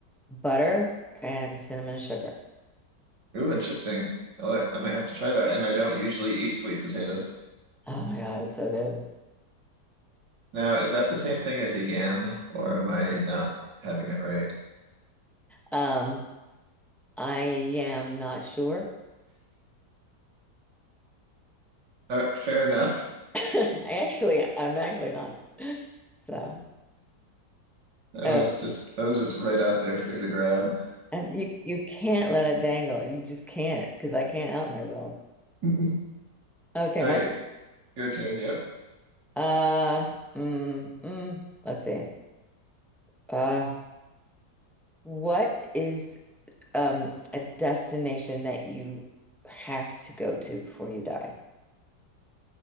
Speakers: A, in the centre; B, on the right (about 75°).
A: butter and cinnamon sugar.
B: Ooh, interesting. Well, I like- I might have to try that. And I don't usually eat sweet potatoes.
A: Oh my God, it's so good.
B: Now, is that the same thing as a yam, or am I not having it right?
A: Um, I am not sure.
B: All right, fair enough.
A: <laughs> I actually, I'm actually not. So,
B: That
A: oh,
B: was just that was just right out there for you to grab.
A: and you you can't let it dangle. You just can't because I can't help myself.
B: <laughs> All
A: Okay,
B: right,
A: my turn.
B: your turn. Yep.
A: Uh, mm, mm, let's see. Uh, what is um a destination that you have to go to before you die,